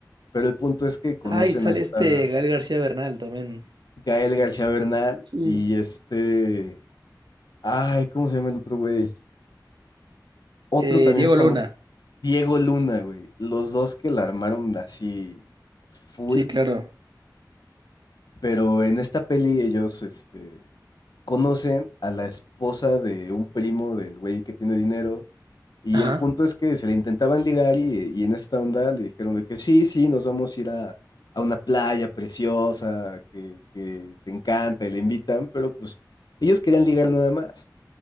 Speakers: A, on the left; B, on the right.
A: Pero el punto es que conocen
B: Ay, sale
A: a esta
B: este Gael García Bernal también.
A: Gael García Bernal
B: Sí,
A: y este... Ay, ¿cómo se llama el otro güey? Otro
B: Eh,
A: también
B: Diego
A: famoso,
B: Luna.
A: Diego Luna, güey. Los dos que la armaron así full,
B: Sí, claro.
A: pero en esta peli ellos, este, conocen a la esposa de un primo del güey que tiene dinero. Y
B: Ajá,
A: el punto es que se le intentaban ligar y, y en esta onda le dijeron de que sí, sí, nos vamos a ir a, a una playa preciosa que, que te encanta y le invitan, pero pues ellos querían ligar nada más.